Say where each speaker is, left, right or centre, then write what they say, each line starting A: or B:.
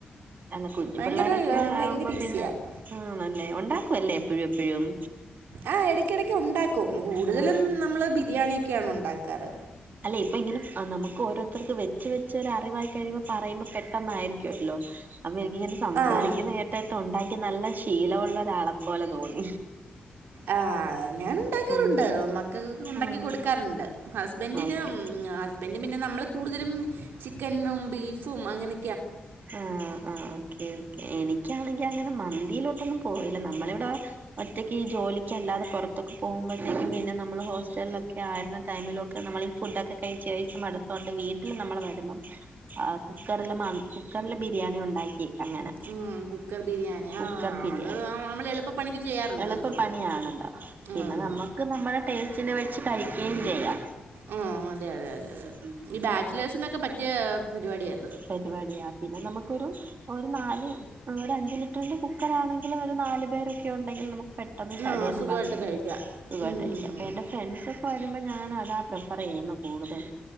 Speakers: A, on the right; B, on the right.
A: ആ കുഞ്ഞു
B: ഭയങ്കര
A: പിള്ളാരൊക്കെ
B: ഭയങ്കര
A: ആവുമ്പ പിന്നെ
B: ഈസിയാണ്
A: ആണല്ലേ ഉണ്ടാക്കും അല്ലേ എപ്പഴും എപ്പഴും
B: ആ് ഇടക്ക ഇടക്ക് ഉണ്ടാക്കും കൂടുതലും
A: ആഹ്
B: നമ്മള് ബിരിയാണിയക്കെയാണ് ഉണ്ടാക്കാറ്.
A: അല്ലെ ഇപ്പൊ ഇങ്ങനെ നമുക്ക് ഓരോരുത്തർക്ക് വച്ച് വെച്ച് ഒരു അറിവായി കഴിയുമ്പോൾ പറയുമ്പോൾ പെട്ടെന്നായിരിക്കുമല്ലോ അപ്പൊ എനിക്ക്ങ്ങനെ സംസാരിക്കുന്നെ
B: ആ
A: കേട്ടേട്ട് ഉണ്ടാക്കി നല്ല ശീലവുള്ളൊരാളെപ്പോലെ തോന്നി
B: ആ ഞാൻ ഉണ്ടാക്കാറുണ്ട്
A: ഉം
B: മക്കൾകൊക്കെ ഉണ്ടാക്കി
A: ആഹ്
B: കൊട്ക്കാറുണ്ട് ഹസ്ബന്റി
A: ഓക്കെ
B: ഹസ്ബൻഡ പിന്നെ നമ്മള് കൂടുതലും ചിക്കനും ബീഫും അങ്ങനെ
A: ആ ആ ഓക്കേ ഓക്കേ എനിക്കാണെങ്കിൽ അങ്ങനെ മന്തിയിലോട്ടൊന്ന- പോയില്ല നമ്മളിവിടെ ഒറ്റക്ക് ഈ ജോലിക്ക് അല്ലാതെ പുറത്തൊക്കെ പോകുമ്പോഴത്തേക്കും പിന്നെ നമ്മൾ ഹോസ്റ്റല ആരുന്ന ടൈമിലൊക്കെ നമ്മൾ ഈ ഫുഡൊക്കെ കഴിച്ച കഴച്ച് മടുത്തോണ്ട് വീട്ടിൽ നമ്മള് വരുമ്പം കുക്കറില് മ കുക്കറില് ബിരിയാണി ഉണ്ടാക്കി. അങ്ങനെ
B: ഉ കുക്കർ ബിരിയാണി
A: കുക്കർ
B: ആഹ
A: ബിരിയാണി
B: അത് നമ്മൾ എളുപ്പപ്പണിക്ക് ചെയ്യാറുണ്ട്
A: എളുപ്പ
B: അത്.
A: പണിയാണല്ലോ പിന്നെ
B: ആഹ്
A: നമ്മുക്ക് നമ്മള ടേസ്റ്റിന് വച്ച് കഴിക്കുകയും ചെയ്യാം.
B: ആ അതെ അതെ അതെ
A: ഉം
B: അതെ
A: ഉം
B: ഈ ബാച്ചലേഴ്സിനൊക്കെ പറ്റിയ പരിപാടിയരുന്നു.
A: പരിപാടിയാ പിന്നെ നമുക്കരു ഒരു നാല് ഒരു അഞ്ച് ലിറ്ററിന്റെ കുക്കർണെങ്കിലും ഒരു നാല് പേരൊക്കെ ഉണ്ടെങ്കിൽ നമുക്ക് പെട്ടെന്ന് ചടന്ന്
B: ആഹ് സുഖമായിട്ട്
A: പറഞ്ഞു
B: കഴിക്കാം
A: സുഖമായിട്ടഴിക്ക
B: ഉം
A: അപ്പൊ എന്റെ ഫ്രണ്ട്സ് ഇപ്പോ വരുമ്പോൾ ഞാൻ അതാ പ്രിഫർ ചെയ്യുന്നു കൂടുതലും